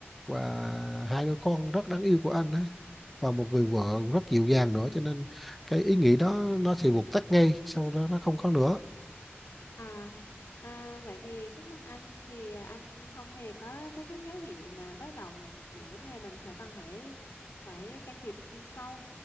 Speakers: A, in the centre; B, on the left.
A: và hai đứa con rất đáng yêu của anh á và một người vợ rất dịu dàng nữa cho nên cái ý nghĩ đó nó sẽ vụt tắt ngay sau đó nó không có nữa
B: À, à, vậy thì chúc mừng anh thì à, anh không hề có các các dấu hiệu mà báo động để mà mình phải cần phải phải can thiệp chuyên sâu